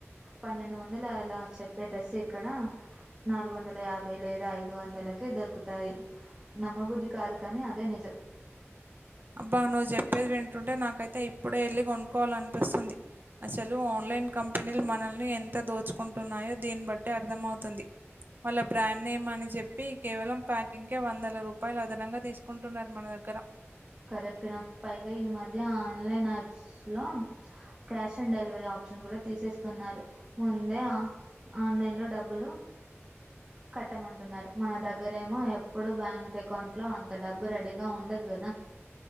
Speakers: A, on the right; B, on the right.
A: పన్నెండు వందల ఆలా చెప్పే డ్రెస్ ఇక్కడ నాలుగు వందల యాభై లేదా ఐదు వందలకె దొరుకుతాయి. నమ్మ బుద్ధి కాదు కాని అదే నిజం.
B: అబ్బా నువ్వు చెప్పేది వింటుంటే నాకైతే ఇప్పుడే ఎళ్ళి కొనుకోవాలనిపిస్తుంది. అసలు ఆన్లైన్ కంపెనీలు మనల్ని ఎంత దోచుకుంటున్నాయో దీన్ని బట్టి అర్థమవుతుంది. వాళ్ళ బ్రాండ్ నేమ్ అని చెప్పి, కేవలం ప్యాకింగ్ కే వందల రూపాయలు అదనంగా తీసుకుంటున్నారు మన దగ్గర.
A: కరెక్ట్ రా పైగా ఈ మధ్య ఆన్లైన్ యాప్స్ లో క్యాష్ ఆన్ డెలివరీ ఆప్షన్ కుడా తీసేస్తున్నారు, ముందే ఆ ఆన్లైన్ లో డబ్బులు
B: <inaudible>
A: కట్టమంటున్నారు, మన దగ్గరేమో ఎప్పుడు బ్యాంక్ అకౌంట్ లో అంత డబ్బు రెడీగా ఉండదు కదా.